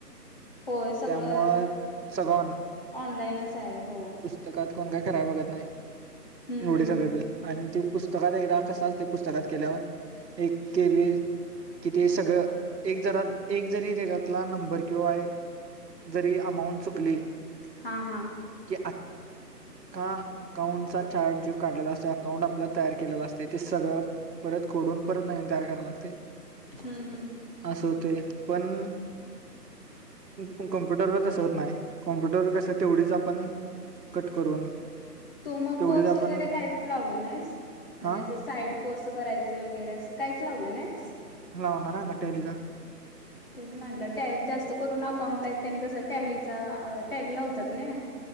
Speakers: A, on the left; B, on the right.
A: होय सगळं
B: त्यामुळे
A: अ
B: सगळं
A: ऑनलाइनच हाय, हो.
B: त कात कोण काय कराय बघत नही,
A: हम्म
B: एवढं
A: हम्म
B: सगळं बिल, आणि ते पुस्तकात एकदा कस असतय पुस्तकात केल्यावर, एक केली कि ते सगळं, एक जरा, एक जरी त्याच्यातला नंबर किंवा एक जरी अमाऊंट चुकली.
A: हां हां.
B: कि अख्खा अकाउंटचा चारज जो काढलेला असतो, अकाउंट आपला तयार केलेला असत त ते सगळं परत खोडून, परत नवीन तयार कराव लागतय.
A: हम्म, हम्म.
B: असं होतय, पण म कॉम्प्युटरवर तसं होत नाही, कॉम्प्युटरवर कसं, तेवढीच आपण कट करून
A: तु मग
B: तेवढीच
A: कोर्स
B: आपण
A: वगैरे कायच लावला नाहीस, म्हणजे
B: हा
A: असं साईड कोर्स करायचे वगैरे, असं काहीच लावलं नाहीस.
B: लावनार य आता टेलिचा.
A: तेच म्हनलं टॅल जास्त करून अकाउंट ला यत त्यानी कस, टॅलीचा-टॅल लावतात ना?